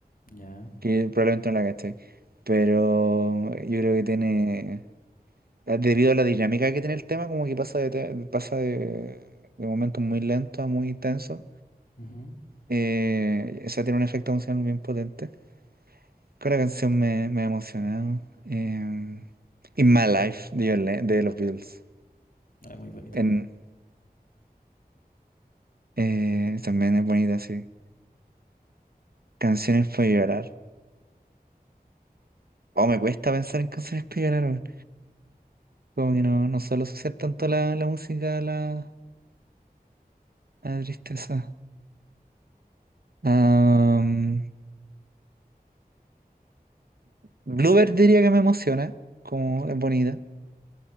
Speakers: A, on the left (about 60°); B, on the right (about 70°).
A: Ya.
B: que probablemente no la gasté. Pero yo creo que tiene, debido a la dinámica que tiene el tema, como que pasa de, te- pasa de, de momentos muy lentos a muy tensos.
A: ujú.
B: Eh, o sea, tiene un efecto emocional bien potente. Con la canción me, me ha emocionado. Eh, In My Life de, Yole- de los Beatles.
A: Ah, muy bonito.
B: En, eh, también es bonita, sí. Canciones para llorar. Oh, me cuesta pensar en canciones para llorar. weón. Como que no, no suelo asociar tanto la, la música a la, a la tristeza. Am, Bluebird diría que me emociona, como es bonita,